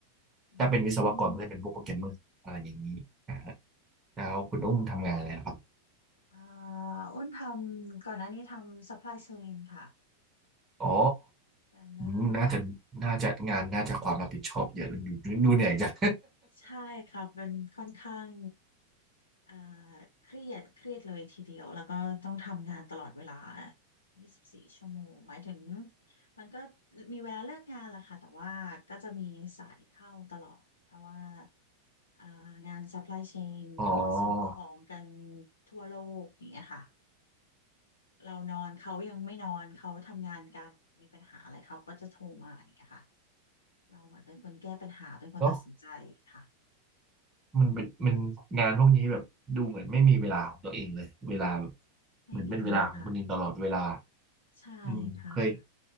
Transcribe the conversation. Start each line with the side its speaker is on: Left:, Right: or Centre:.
Left: อื
Right: ถ้าเป็นวิศวกรก็จะเป็นพวกโปรแกรมเมอร์อะไรอย่างนี้นะฮะ
Left: ม
Right: แล้วคุณอุ้มทำงานอะไรนะครับ
Left: อ่าอ้นทำก่อนหน้านี้ทำ supply chain ค่ะ
Right: อ๋อ
Left: แบนเนอร์ค่ะ
Right: อืมน่าจะน่าจะงานน่าจะความรับผิดชอบเยอะดูดูดูเหนื่อยจัง
Left: ใช่ครับมันค่อนข้างเอ่อเครียดเครียดเลยทีเดียวแล้วก็ต้องทำงานตลอดเวลา 24 ชั่วโมงหมายถึงมันก็มีเวลาเลิกงานแหละค่ะแต่ว่าก็จะมีสายเข้าตลอดเพราะว่าเอ่องาน supply chain
Right: <laughs> อ๋อ
Left: ก็ส่งของกันทั่วโลกอย่างเงี้ยค่ะเรานอนเขายังไม่นอนเขาทำงานกันมีปัญหาอะไรเขาก็จะโทรมาอย่างเงี้ยค่ะเราเหมือนเป็นคนแก้ปัญหาเป็นคนตัดสินใจค่ะ
Right: เนาะ มันเป็นมันงานพวกนี้แบบดูเหมือนไม่มีเวลาของตัวเองเลยเวลาแบบ
Left: ไม่มีเลยค่ะ
Right: เหมือนเป็นเวลาของคนอื่นตลอดเวลา
Left: ใช่ค่ะ
Right: อืมเคย